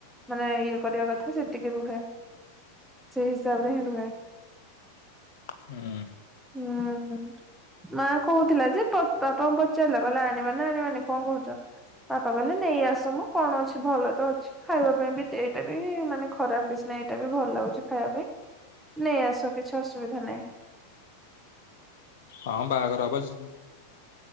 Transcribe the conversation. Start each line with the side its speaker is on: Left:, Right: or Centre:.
Centre: ମାନେ ଇଏ କରିବା କଥା ସେତିକି ରୁହେ ସେଇ ହିସାବ ରେ ହିଁ ରୁହେ।
Left: ହୁଁ
Centre: ହୁଁ, ହୁଁ। ମା କହୁଥିଲା ଯେ ପା- ପାପାଙ୍କୁ ପଚାରିଲା କହିଲା ଆଣିବାନ ଆଣିବାନି କଣ କହୁଛ? ବାପା କହିଲେ ନେଇ ଆସ ମ କଣ ଅଛି ଭଲ ତ ଅଛି। ଖାଇବା ପାଇଁ ବି ଏଇଟା ବି ମାନେ ଖରାପ କିଛି ନାହିଁ ଏଇଟା ବି ଭଲ ଲାଗୁଛି ଖାଇବା ପାଇଁ। ନେଇ ଆସ କିଛି ଅସୁବିଧା ନାହିଁ।
Left: ହଁ ବାହାଘର ହବ ସେ